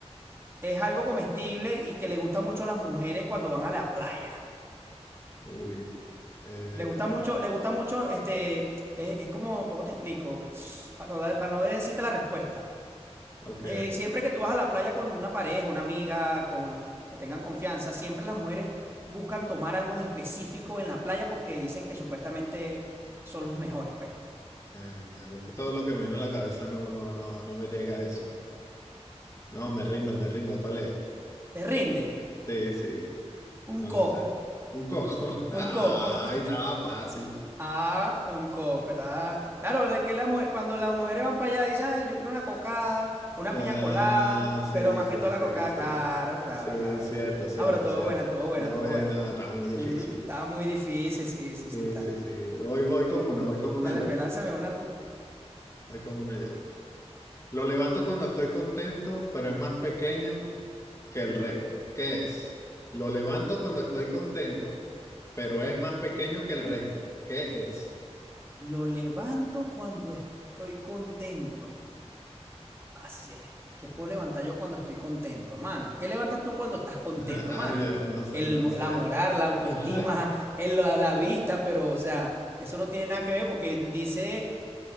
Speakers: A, on the right; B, on the left.
A: Es algo comestible y que le gusta mucho a las mujeres cuando van a la playa.
B: Uy. eh,
A: Le gusta mucho, le gusta mucho, este, es, es como, ¿cómo te explico? <sniffs> Para no, dar- para no decirte la respuesta.
B: ok.
A: Eh, siempre que tú vas a la playa con una pareja, una amiga, con, que tengan confianza, siempre las mujeres buscan tomar algo en específico en la playa porque dicen que supuestamente son los mejores, pues.
B: Verga, de hecho, todo lo que me viene a la cabeza no, no, no, no me llega a eso. No, me rindo, me rindo. ¿Cuál es?
A: Te rinde
B: Sí, sí.
A: un
B: No
A: coco,
B: la sé. Un coco. <laughs> Ay,
A: Un coco. <laughs>
B: estaba fácil.
A: Ah, un coco. Está... Claro, es que la mujer, cuando las mujeres van para allá, dicen, "Ay, yo quiero una cocada, una
B: La...
A: piña colada,
B: Sí,
A: pero más
B: sa-
A: que toda la
B: sí,
A: cocada,
B: sí.
A: claro, claro,
B: Sí,
A: claro,
B: cierto,
A: claro.
B: cierto,
A: Ah, pero estuvo
B: cierto.
A: buena, estuvo buena,
B: Oye,
A: estuvo buena.
B: nada, estaba muy difícil.
A: Ujú, Está muy difícil, sí, sí,
B: Sí,
A: sí está.
B: sí, sí. Voy, voy con una, voy con una
A: Dale,
B: yo.
A: pues lánzame una tú.
B: Voy con una yo. Lo levanto cuando estoy contento, pero es más pequeño que el resto. ¿Qué es? Lo levanto cuando estoy contento, pero es más pequeño que el resto. ¿Qué es?
A: Lo levanto cuando estoy contento. Así es. ¿Qué puedo levantar yo cuando estoy contento, mano? ¿Qué levantas tú cuando estás contento,
B: <laughs> Ay,
A: mano?
B: no sé,
A: El,
B: no
A: mo-
B: sé.
A: la moral, la autoestima,
B: <laughs>
A: el- la, la vista, pero, o sea, eso no tiene nada que ver porque dice